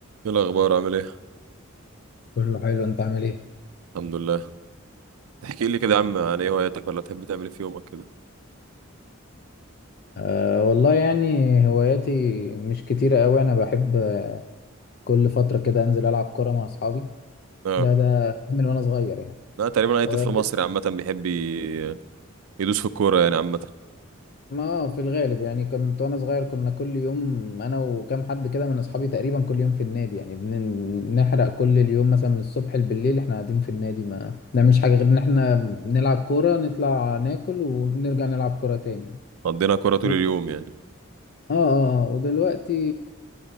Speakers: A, on the right (about 85°); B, on the left (about 45°).
A: ايه الاخبار عامل ايه
B: كله حلو انت عامل ايه
A: الحمد لله تحكي لي كده يا عم عن ايه هواياتك ولا تحب تعمل ايه في يومك كده
B: أه والله يعني هواياتي مش كتيرة قوي أنا بحب كل فترة كده أنزل ألعب كرة مع أصحابي
A: اه
B: ده ده من وأنا صغير يعني
A: لا تقريبا اي
B: و-
A: طفل مصري عامه بيحب ي- يدوس في الكوره يعني عامه
B: ما آه، في الغالب يعني كنت وأنا صغير كنا كل يوم أنا وكام حد كده من أصحابي تقريبا كل يوم في النادي يعني بن- بنحرق كل اليوم مثلا من الصبح لبالليل إحنا قاعدين في النادي ما نعملش حاجة غير إن إحنا نلعب كورة نطلع ناكل ونرجع نلعب كورة تاني يعني.
A: قضينا كوره طول
B: و...
A: اليوم يعني
B: آه آه آه، ودلوقتي